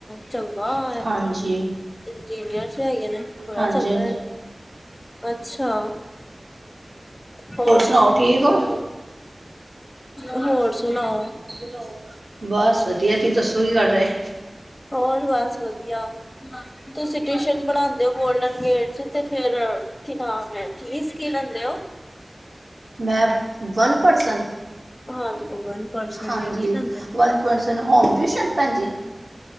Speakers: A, on the left; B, on the right.
A: ਚੰਗਾ ਹੈ।
B: ਹਾਂਜੀ
A: ਇੰਜੀਨੀਅਰ ਚ ਹੈਗੇ ਨੇ, ਬੜਾ
B: ਹਾਂਜੀ
A: ਚੰਗਾ
B: ਹਾਂਜੀ
A: ਹੈ। ਅੱਛਾ ਹੋਰ।
B: ਸੁਣਾਓ ਠੀਕ ਹੋ
A: ਹੋਰ ਸੁਣਾਓ।
B: ਨੇਈ ਬਸ ਵਧੀਆ ਤੁਸੀਂ ਦੱਸੋ ਕੀ ਕਰ ਰਹੇ?
A: ਹੋਰ ਬਸ ਵਧੀਆ। ਤੁਸੀਂ ਟਿਊਸ਼ਨ ਪੜ੍ਹਾਉਦੇ ਹੋ ਗੋਲਡਨ ਗੇਟ ਚ, ਤੇ ਫੇਰ ਕੀ ਨਾਮ ਹੈ। ਫੀਸ ਕੀ ਲੈਂਦੇ ਓ।
B: ਮੈਂ ਵਨ ਪਰਸਨ?
A: ਹਾਂਜੀ ਵਨ ਪਰਸਨ
B: ਹਾਂਜੀ।
A: ਦੀ ਕੀ ਲੈਂਦੇ ਹੋ
B: ਵਨ ਪਰਸਨ ਹੋਮ ਟਿਊਸ਼ਨ ਭੈਣਜੀ?